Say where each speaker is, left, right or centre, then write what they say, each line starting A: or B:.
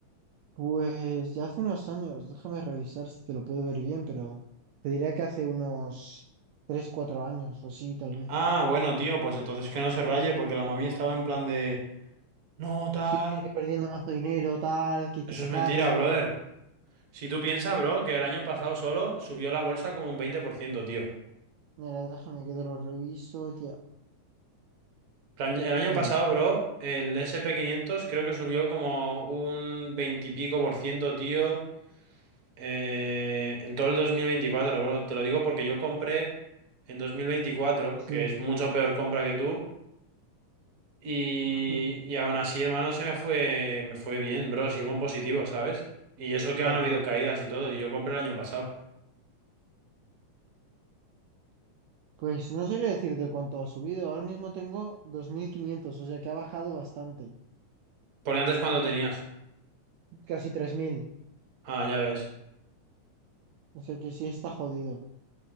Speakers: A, on the right; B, on the right.
A: Pues ya hace unos años, déjame revisar si te lo puedo ver bien, pero te diría que hace unos 3 4 años o así, tal vez.
B: Ah, bueno, tío, pues entonces que no se raye porque la mami estaba en plan de... No, tal.
A: Sí, que estoy perdiendo más dinero, tal, que hay que
B: Eso
A: sacarlo.
B: es mentira, brother. Si tú piensas, bro, que el año pasado solo subió la bolsa como un veinte por ciento tío.
A: Mira, déjame que te lo reviso. Ya,
B: Plan- El
A: mira,
B: año pasado, bro, el S and P quinientos creo que subió como un 20 y pico por ciento, tío, eh, en todo el dos mil veinticuatro bro. Te lo digo porque yo compré en dos mil veinticuatro
A: sí.
B: que es mucho peor compra que tú, y,
A: ujú,
B: y aún así, hermano, se me fue, me fue bien, bro. Sigo en positivo, ¿sabes? Y eso
A: Ya,
B: que han habido
A: claro.
B: caídas y todo, y yo compré el año pasado.
A: Pues no sabría decirte cuánto ha subido. Ahora mismo tengo dos mil quinientos o sea que ha bajado bastante.
B: Porque antes, ¿cuánto tenías?
A: Casi tres mil
B: Ah, ya ves,
A: O sea que sí está jodido.